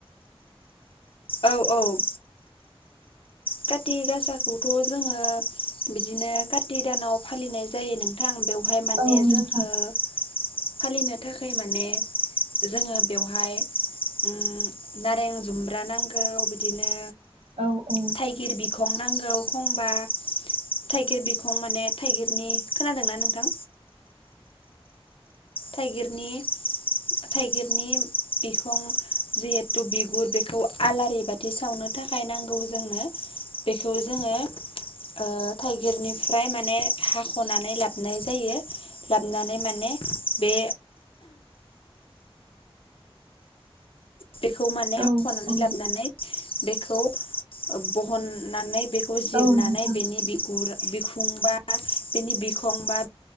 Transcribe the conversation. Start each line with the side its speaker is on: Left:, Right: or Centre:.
Left: औ औ खाथि गासाखौथ जोङो बिदिनो खाथि दानाव फालिनाय जायो नोंथां बेव हाय माने
Right: औ
Left: जोंङो
Right: नोंथां
Left: फालिनो थाखाय माने जोङो बेवहाय उम नारें जुम्ब्रा नांगौ बिदिनो
Right: औ औ
Left: थाइगिर बिखं नांगौ खंबा थाइगिर बिखं माने थाइगिरनि खोनादोंना नोंथां? थाइगिरनि थाइगिरनि बिखं जिहेथु बिगुर बेखौ आलारि बाथि सावनो था थाखाय नांगौ जोंनो बेखौ जोङो ओ थाइगिरनिफ्राय माने हाख'नानै लाबाय जायो लाबोनानै माने बे बेखौ माने
Right: औ
Left: हाख'नानै
Right: औ
Left: लाबोनानै बेखौ बहननानै बे खौ जिरनानै
Right: औ नोंथां
Left: बेनि बिगुर बिखुं बा बेनि बिखं बा